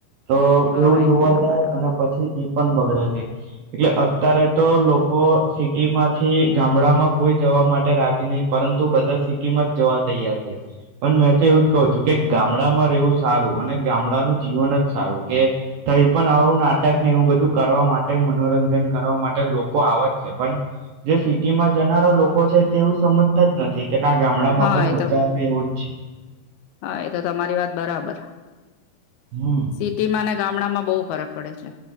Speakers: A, on the right; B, on the left.
A: તો
B: હા
A: એવું જોવા
B: એ તો
A: જાય
B: બરાબર
A: અને પછી પણ બગડે છે એટલે અત્યારે તો લોકો સિટીમાંથી ગામડામાં કોઈ જવા માટે રાજી નહી પરંતુ બધા સિટી માં જ જવા તૈયાર છે પણ મેં તો એવું જ કહઉ છું કે ગામડામાં રહેવું સારું અને ગામડાનું જીવન જ સારું કે કઈ પણ આવું નાટક ને એવું બધું કરવા માટે મનોરંજન કરવા માટે લોકો આવે જ છે પણ જે સિટીમાં જનારા લોકો છે તેવું સમજતા જ નથી કે ના ગામડા માં
B: હા
A: પણ મજા
B: એ તો
A: આવે એવો જ છે
B: હા એ તો તમારી વાત બરાબર
A: હમ.
B: સિટી માને ગામડામાં બહુ ફરક પડે છે